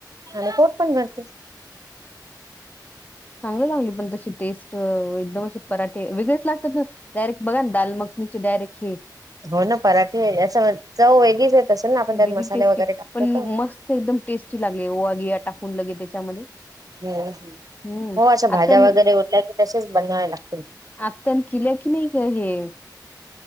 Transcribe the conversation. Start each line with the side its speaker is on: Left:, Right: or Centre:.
Right: आणि पोट पण भरते.
Left: चांगलं लागली पण तशी टेस्ट एकदम असे पराठे वेगळेच लागतात ना डायरेक्ट बघा ना दालमग- म्हणजे डायरेक्ट हे
Right: हो ना पराठे असं चव वेगळीच आहेत असेल ना आपण त्यात
Left: वेगळी
Right: मसाले
Left: टेस्टी
Right: वगैरे टाकतो.
Left: पण मस्त
Right: तर
Left: एकदम टेस्टी लागले ओवा बिया टाकून लगेच त्याच्यामध्ये
Right: हम
Left: हम्म
Right: हो अशं भाज्या
Left: आत्यान
Right: वगैरे उरल्या की तसेच बनवावे लागतं.
Left: आत्यान केल्या की नाही का हे